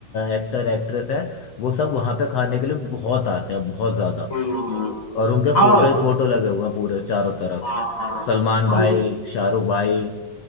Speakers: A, on the left; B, on the left.
A: एक्टर एक्ट्रेस हैं वो सब वहाँ पे खाने के लिए बहुत आते हैं बहुत ज़्यादा
B: हम्म, हम्म,
A: और उनके
B: हाँ
A: फोटो ही फोटो लगे हुए हैं पूरे चारों तरफ
B: हाँ हाँ
A: सलमान भाई
B: हम
A: शाहरुख भाई